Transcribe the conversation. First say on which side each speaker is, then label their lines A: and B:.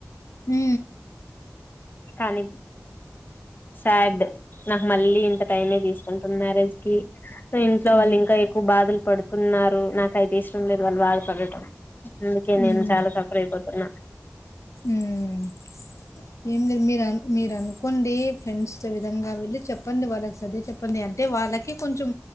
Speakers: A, on the left; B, on the left.
A: హ
B: కానీ శాడ్ నాకు మళ్ళీ ఇంత టైమే తీసుకుంటుంది మ్యారేజ్ కి ఇంట్లో
A: ఉమ్
B: వాళ్ళు ఇంకా ఎక్కువ బాధలు పడుతున్నారు నాకయితే ఇష్టం లేదు వాళ్ళు బాధపడటం అందుకే
A: ఉమ్
B: నేన్ చాలా సఫర ఇపోతు నా
A: ఉమ్ ఏం లేదు మీరు అన్ మీరు అనుకోండి ఫ్రెండ్స్ విధంగా వెళ్ళి చెప్పండి వాళ్ళకి సదిే చెప్ప ఉంది అంటే వాళ్ళకి కొంచెం